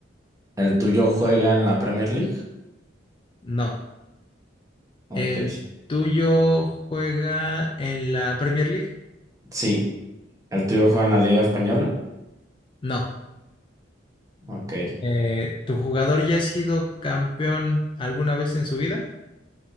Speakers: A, on the right; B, on the left.
A: el tuyo juega en la Premier League.
B: No.
A: Ok.
B: ¿El tuyo juega en la Premier League?
A: Sí, el tuyo juega en la Liga Española.
B: No.
A: Ok.
B: Eh, ¿tu jugador ya ha sido campeón alguna vez en su vida?